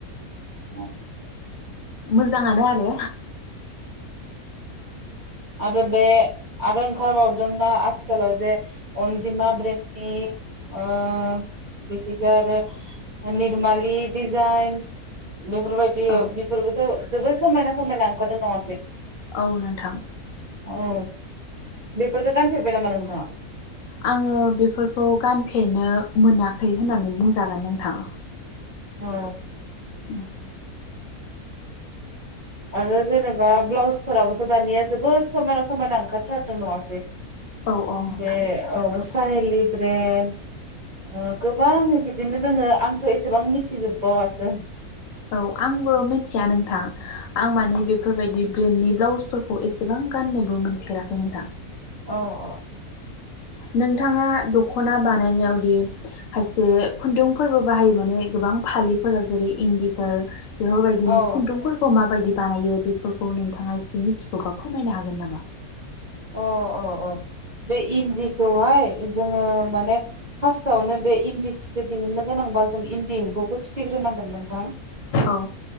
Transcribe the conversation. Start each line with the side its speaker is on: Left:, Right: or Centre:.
Right: <unintelligible>
Left: मोजांङानो आरो
Right: आरो बे आरो ओंखारबावदोंना आथिखालाव जे अनजिमा ब्रेन्डनि ओ बिखिजा आरो ओ निरमालि डिजाइन बेफोरबायदि
Left: औ
Right: बेफोरबोथ' जोबोद समायना समायना ओंखारदों नङासै
Left: औ नोंथां
Right: औ बैफोरखौ गानफेरबाय नामा नोंथाङा?
Left: आं। ङो बेफोरखौ गानफेरनो मोनाखै होननानै बुंजागोन नोंथां
Right: औ
Left: उम
Right: आरो जेनेबा ब्लाउसफोराबोथ' दानिया जोबोद समायना समायना ओंखारथारदों नङासै
Left: औ औ नोंथां
Right: बे औ साहेलि ब्रेन्ड गोबां ओ बिदिनो दोङो आंथ' एसेबां मिथिजोब बावासो
Left: औ आंबो मिथिया नोंथां आं माने बेफोरबायदि ब्रेन्डनि ब्लाउस फोरखौ इसेबां गाननोबो मोनफेराखै नोंथां
Right: औ औ
Left: नोंथाङा दख दखना बानायनायावदि खायसे खुन्दुंफोरबो बाहायो माने गोबां फालिफोराव जेरै इन्दिफोर बेफोरबायदिनि
Right: औ
Left: खुन्दुंफोरखौ माबायदि बानायो बेफोरखौ नोंथाङा एसे मिथिगौबा फोरमायनो हागोन नामा
Right: अ अ अ बे इन्दिखौहाय जोङो माने फार्स्टावनो बे इन्दि सिखो दिहुननो गोनांबा जों इन्दि एम्फौ फिसिग्रो नांगोन नोंथां
Left: औ